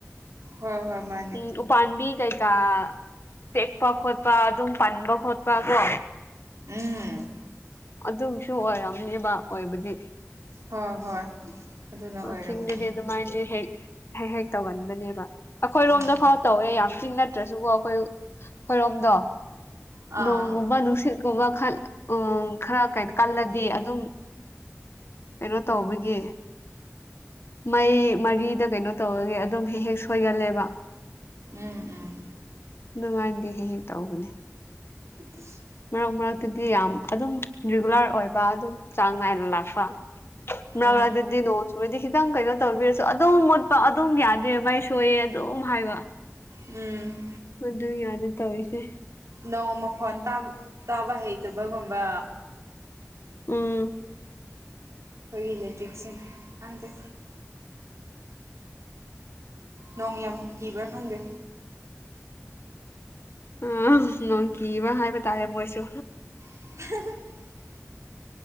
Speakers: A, on the right; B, on the left.
A: ꯍꯣꯏ ꯍꯣꯏ ꯃꯥ
B: ꯎꯝ ꯎꯄꯥꯥꯟꯝꯕꯤ ꯀꯩꯀꯥ ꯇꯦꯛꯄ ꯈꯣꯠꯄ ꯑꯗꯨꯝ ꯄꯟꯕ ꯈꯣꯠꯄ ꯀꯣ
A: ꯎꯝ
B: ꯑꯗꯨꯝꯁꯨ ꯑꯣꯏꯔꯝꯅꯦꯕ ꯑꯣꯏꯕꯗꯤ
A: ꯍꯣꯏ ꯍꯣꯏ ꯑꯗꯨꯅ ꯑꯣꯏꯔꯝꯒꯅꯤ
B: ꯆꯤꯡꯗꯗꯤ ꯑꯗꯨꯃꯥꯏꯅꯗꯤ ꯍꯦꯛ ꯍꯦꯛ ꯍꯦꯛ ꯇꯧꯒꯟꯕꯅꯦꯕ ꯑꯩꯈꯣꯏꯔꯣꯝꯗ
A: ꯎꯝ
B: ꯐꯥꯎ ꯇꯧꯋꯦ ꯌꯥꯝ ꯆꯤꯅ ꯇ꯭ꯔꯁꯨꯀꯣ ꯑꯩꯈꯣꯏ ꯑꯩꯈꯣꯏꯔꯣꯝꯗꯣ
A: ꯑꯥ
B: ꯅꯣꯡꯒꯨꯝꯕ ꯅꯨꯡꯁꯤꯠꯀꯨꯝꯕ ꯈꯜ ꯎꯝ ꯈꯔ ꯀꯩꯅꯣ ꯀꯜꯂꯗꯤ ꯑꯗꯨꯝ ꯀꯩꯅꯣ ꯇꯧꯕꯒꯤ ꯃꯩ ꯃꯔꯤꯗ ꯀꯩꯅꯣ ꯇꯧꯕꯒꯤ ꯑꯗꯨꯝ ꯍꯦꯛ ꯍꯦꯛ ꯁꯣꯏꯒꯜꯂꯦꯕ
A: ꯎꯝ ꯎꯝ
B: ꯅꯨꯡꯉꯥꯏꯗꯤ ꯍꯦꯛ ꯍꯦꯛ ꯇꯧꯕꯅꯦ
A: <unintelligible>
B: ꯃꯔꯛ ꯃꯔꯛꯇꯨꯗꯤ ꯌꯥꯝ ꯑꯗꯨꯝ ꯔꯤꯒꯨꯂꯔ ꯑꯣꯏꯕ ꯑꯗꯨꯝ ꯆꯥꯡ ꯅꯥꯏꯅ ꯂꯥꯛꯄ ꯅꯜ
A: ꯎꯝ
B: ꯑꯗꯨꯗꯤ ꯅꯣꯡꯖꯨ ꯁꯨꯔꯗꯤ ꯈꯤꯇꯪ ꯀꯩꯅꯣ ꯇꯧꯕꯤꯔꯁꯨ ꯑꯗꯨꯝ ꯃꯨꯠꯄ ꯑꯗꯨꯝ ꯌꯥꯗꯦ ꯃꯥꯏ ꯁꯣꯏꯌꯦ ꯑꯗꯨꯝ ꯍꯥꯏꯕ
A: ꯎꯝ
B: ꯃꯗꯨ ꯌꯥꯗꯦ ꯇꯧꯏꯁꯦ
A: ꯅꯣꯡ ꯃꯈꯣꯟ ꯇꯥꯕ ꯇꯥꯕ ꯍꯩꯇꯕꯒꯨꯝꯕ
B: ꯎꯝ
A: ꯈꯣꯏꯒꯤ ꯂꯦꯇ꯭ꯔꯤꯛꯁꯦ ꯈꯪꯗꯦ ꯅꯣꯡ ꯌꯥꯝ ꯀꯤꯕ꯭ꯔꯥ ꯈꯪꯗꯦ
B: ꯑꯥ ꯅꯣꯡ ꯀꯤꯕ ꯍꯥꯏꯕ ꯇꯥꯔꯦ ꯃꯣꯏꯁꯨ
A: <unintelligible>